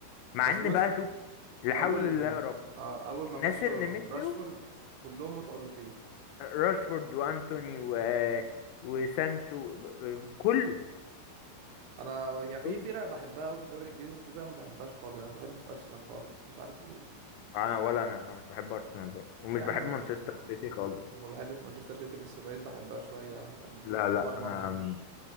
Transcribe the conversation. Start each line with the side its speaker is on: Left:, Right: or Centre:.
Left: مع
Right: بس
Left: ان
Right: بص
Left: بقى شوف لا
Right: اول
Left: حول الله يا رب
Right: اه اول ما
Left: الناس
Right: مشوا
Left: اللي مشيوا
Right: راشفورد كلهم متألقين
Left: راشفورد وانتوني و... وسانشو ب- كله
Right: انا يعني في
Left: كله
Right: فرق بحبها قوي في الدوري الانجليزي بس في فرق ما بحبهاش خالص انا ما بحبش ارسنال خالص مش عارف ليه
Left: انا ولا انا انا مش بحب ارسنال برضه ومش
Right: يعني
Left: بحب
Right: ك-
Left: مانشستر سيتي خالص
Right: ما بحبش مانشستر سيتي بس بقيت بحبها شوية عشان
Left: لا لا
Right: عمر مرموش
Left: انا م-